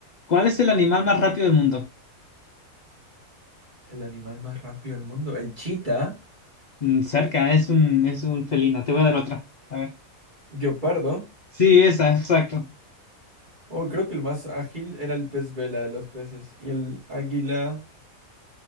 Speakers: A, on the left; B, on the right.
A: ¿cuál es el animal más rápido del mundo?
B: El animal más rápido del mundo. El chita.
A: Mm, Cerca, es un, es un felino. Te voy a dar otra. A ver.
B: Guepardo.
A: Sí, esa, exacto.
B: Oh, creo que el más ágil era el pez vela de los peces. Y el águila